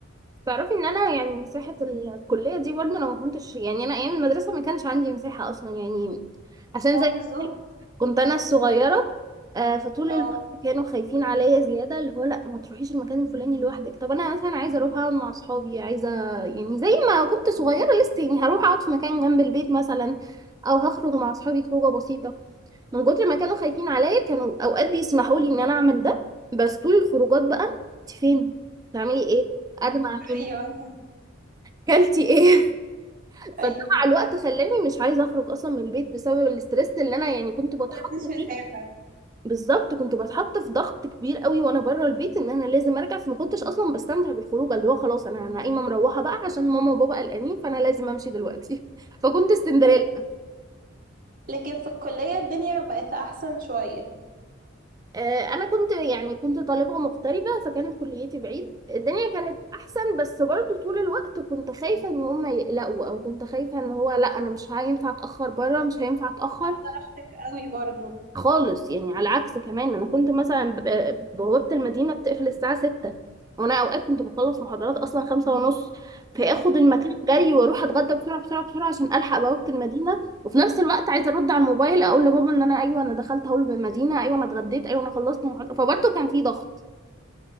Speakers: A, on the right (about 20°); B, on the right (about 45°).
A: تعرفي ان انا يعني مساحة الكلية دي برضه لو ما كنتش يعني انا ايام المدرسة ما كانش عندي مساحة اصلا يعني عشان
B: اه
A: زي ما
B: بالظبط
A: قلت لك كنت انا الصغيرة آه، فطول
B: اه
A: الوقت كانوا خايفين عليا زيادة اللي هو لا ما تروحيش المكان الفلاني لوحدك طب انا مثلا عايزة اروح اقعد مع اصحابي عايزة يعني زي ما كنت صغيرة لسه يعني هروح اقعد في مكان جنب البيت مثلا او هخرج مع اصحابي خروجة بسيطة من كتر ما كانوا خايفين عليا كانوا اوقات بيسمحوا لي ان انا اعمل ده بس طول الخروجات بقى انت فين بتعملي ايه قاعدة مع مين
B: ايوه
A: كلتي ايه <laughs>
B: ايوه
A: فده مع الوقت خلاني مش عايزه اخرج اصلا من البيت بسبب الاسترس اللي انا يعني كنت بتحط
B: مفيش مساحة
A: فيه بالظبط كنت بتحط في ضغط كبير قوي وانا بره البيت ان انا لازم ارجع فما كنتش اصلا بستمتع بالخروج اللي هو خلاص انا انا قايمه مروحه بقى عشان ماما وبابا قلقانين فانا لازم امشي دلوقتي <laughs> فكنت سندريلا
B: طيب لكن في الكلية الدنيا بقت أحسن شوية
A: آه، انا كنت يعني كنت طالبه مغتربه فكانت كليتي بعيد الدنيا كانت احسن بس برضو طول الوقت كنت خايفه ان هم يقلقوا او كنت خايفه ان هو لا انا مش هينفع اتاخر بره مش هينفع اتاخر
B: درجتك قوي برضو
A: خالص يعني على عكس كمان انا كنت مثلا ببقى- بوابة المدينة بتقفل الساعة 6 وانا اوقات كنت بخلص محاضرات اصلا خمسة ونص فاخد المكان
B: أيوة
A: جري واروح اتغدى بسرعة بسرعة بسرعة عشان الحق بوابة المدينة وفي نفس الوقت عايزة ارد على الموبايل اقول لبابا ان انا ايوه انا دخلت هول بالمدينة ايوه انا اتغديت ايوه انا خلصت محاضرة فبرضه كان في ضغط